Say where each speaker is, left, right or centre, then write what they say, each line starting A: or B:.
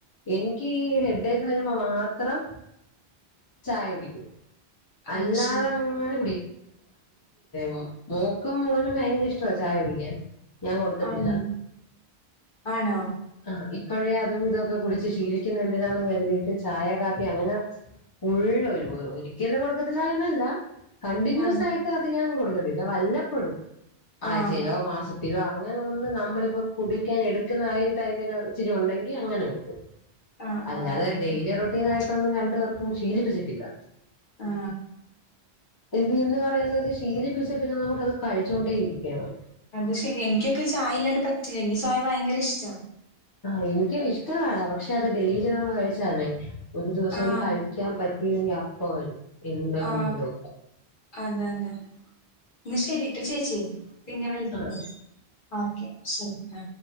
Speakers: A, on the left (about 25°); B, on the left (about 55°).
A: എനിക്ക് ഈ ഹെഡേക്ക് വര്മ്പോ മാത്രം ചായ കുടിക്കൂ അല്ലാതെ
B: അത് ശെരി
A: അങ്ങനെ <unintelligible> <unintelligible> മോക്കും മോനും ഭയങ്കര ഇഷ്ടമാ ചായ കുടിക്കാൻ. ഞാൻ കൊടുക്കത്തില്ല
B: ആഹ്
A: <inaudible>
B: ആണോ
A: ആ ഇപ്പോഴേ അതും ഇതൊക്കെ കുടിച്ച് ശീലിക്കുന്ന എന്തിനാന്നും കരുതി ചായ കാപ്പി അങ്ങനെ. <unintelligible> ഒരിക്കലും കൊടക്കത്തിലന്നല്ല കണ്ടിന്യൂസ്
B: ആഹ്
A: <unintelligible> <unintelligible> ഞാൻ കൊടുക്കത്തില്ല വല്ലപ്പോഴും
B: ആഹ്
A: ആഴ്ചയിലോ <unintelligible> ഇിലോ അങ്ങനെ ഒന്ന് നമ്മളിപ്പോൊ <unintelligible> നമ്മളിപ്പോ കുടിക്കാൻ എടുക്കുന്ന ആ ഒരു ടൈമില് ഇച്ചിരി ഉണ്ടെങ്കി അങ്ങനെ <unintelligible>
B: <inaudible>
A: അല്ലാതെ
B: ആഹ് ഓക്കെ
A: ഡെയിലി റൊട്ടീന് ആയിട്ടൊന്നും രണ്ടു പേർക്കും ശീലിപ്പിച്ചിട്ടില്ല.
B: ആ
A: <unintelligible> പറയുന്നത് ശീലിപ്പിച്ച പിന്നെ നമുക്കത് കഴിച്ചോണ്ടേ ഇരിക്കണം.
B: അത് ശരി എനിക്കൊക്കെ ചായ ഇല്ലാണ്ട് പറ്റില്ല എനിക്ക് ചായ ഭയങ്കര ഇഷ്ട.
A: ആ എനിക്കും ഇഷ്ടാണ് പക്ഷെ അത് ഡെയിലി നമ്മള് കഴിച്ചാലേ ഒരു ദിവസം
B: ആഹ്
A: ഒന്ന് <unintelligible> <unintelligible> പറ്റീലെങ്കി അപ്പൊ വരും. എന്തെങ്കിലും
B: ആ അതെ അതെ ന്നാ ശരിട്ട ചേച്ചി. പിന്നെ വിളിക്കണ്ട്
A: ആഹ്
B: ഓക്കെ ശരി ആ.